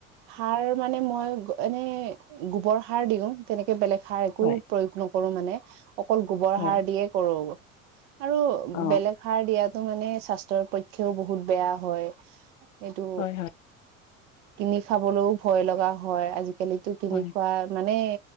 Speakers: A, on the right (about 60°); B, on the left (about 75°).
A: সাৰ মানে মই এনে গোবৰ সাৰ দিওঁ তেনেক এ বেলেগ সাৰ একো
B: হয়
A: প্ৰয়োগ নকৰো মানে অকল গোবৰ
B: হয়
A: সাৰ দিয়ে কৰো। আৰু
B: অ
A: বেলেগ সাৰ দিয়াতো মানে স্বাস্থ্যৰ পক্ষেও বহুত বেয়া হয়। এইটো
B: হয় হয়
A: কিনি খাবলৈও ভয় লগা হয় আজি আজিকেলিটো কিনি
B: হয়
A: খোৱা মানে